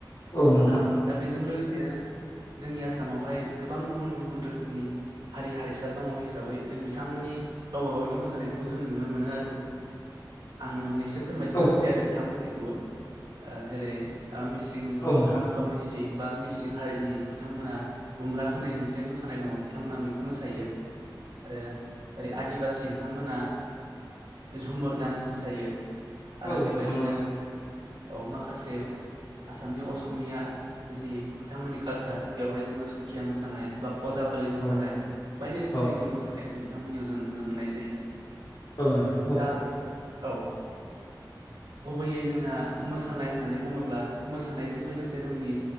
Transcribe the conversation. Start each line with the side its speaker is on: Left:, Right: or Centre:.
Left: औ नोंथां।
Right: दा बेजों जोंनि आसामावहाय गोबां गुबुन गुबुन रोखोमनि हारि हारिसा दङ। हिसाबै जों बिथांमोननि गावबा गावनि मोसानायखौबो जों नुनो मोनो आरो आं मोननैसो फोरमायथिना
Left: औ
Right: होनोसै आरो बिथांमोननिखौबो जेरै मिसिं
Left: औ नोंथां
Right: कमिउनिटि। बा मिसिं हारिनि बिथांमोना गुमब्रा होननाय मोनसे मोसानाय दङ बिथांमोना बिखौ मोसायो। आरो ओरै आदिबासि बिथांमोना। झुमुर दान्स मोसायो आरो
Left: औ
Right: बेबायदिनो।
Left: नोंथां औ
Right: औ माखासे। आसामनि असमिया जि बिथांमोननि कालसार बेवहाय जोङो सथ्रिया मोसानाय बा अजा फालि मोसानाय
Left: औ
Right: बायदि रोखोम।
Left: औ
Right: मोसानायखौ बिथांमोननियाव जों नुनो मोननाय जायो।
Left: औ नोंथां
Right: दा
Left: औ।
Right: औ। गुबैयै जोंना मोसानाय होननानै बुङोब्ला मोसानायजों लोगोसे जोंनि